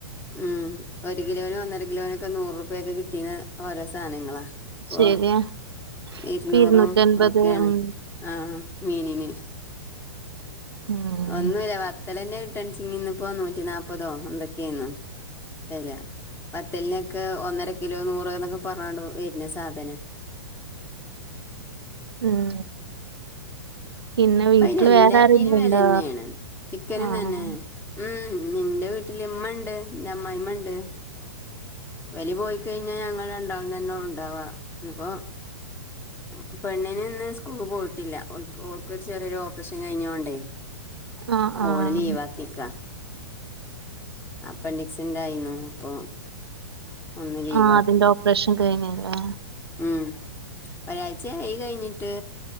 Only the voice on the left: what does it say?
ഉം ഒരു കിലോനും ഒന്നര കിലോനൊക്കെ നൂറുപ്യക്കൊക്കെ കിട്ടീന്ന ഓരോ സാനങ്ങളാ പ്പോ
ഇരുന്നൂറും
ഒക്കെയാണ്
ആ മീനിന്
ഒന്നുല്ല വത്തലന്നെ കിട്ടാൻച്ചിങ്ങിന്നിപ്പോ നൂറ്റി നാപ്പതോ എന്തൊക്കെയ്ന്നു വെല വത്തലിനൊക്കെ ഒന്നര കിലോ നൂറ് എന്നൊക്കെ പറഞ്ഞാണ്ട് വര്ന സാധന
പ്പഅയ്നെല്ലാത്തീനും
വെലെന്നേണ്
ചിക്കനും
തന്നെ ഉം ഞ്ഞിന്റെ വീട്ടില്മ്മണ്ട് ന്റമ്മായിമ്മണ്ട് വല് പോയി കഴിഞ്ഞാ ഞങ്ങള് രണ്ടാളും തന്നൊള്ളൂ ണ്ടാവാ ന്ന്പ്പോ മ് പെണ്ണിന് ന്ന് സ്കൂൾപോയ്ട്ടില്ല ഓൽക് ഓൾ- ക്ക് ചെറിയൊരു ഓപ്പ്റെഷൻ കഴിഞ്ഞോണ്ടേ
ഓള് ലീവാക്കീക്കാ. അപ്പൻഡിക്സിന്റായിനു അപ്പൊ ഒന്ന് ലീവാക്കി
ഉം ഒരായ്ച്ചായ് കഴിഞ്ഞിട്ട്